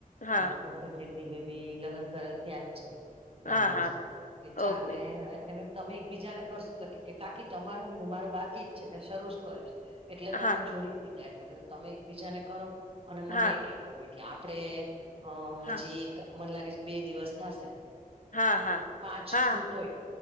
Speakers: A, on the left; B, on the right.
A: હા
B: અને મોટા જેટની બેબી લગ્ન કરેલ ત્યાં જ છે. ગામમાં
A: હા હા
B: જ છે. એ ચાર
A: ઓકે
B: ને એટલે મે તમે એકબીજાને કરશો તો કે કાકી તમારું મે મારું બાકી જ છે મેં શરૂ જ કર્યું. એટલે તમને
A: હા
B: જોડી દીધા એટલે તમે એકબીજાને કરો અને
A: હા
B: મને એક. એટલે આપડે અ
A: હા
B: હજી એક મને લાગે છે બે દિવસ થાશે.
A: હા હા
B: પાંચ
A: હા
B: છૂટ હોય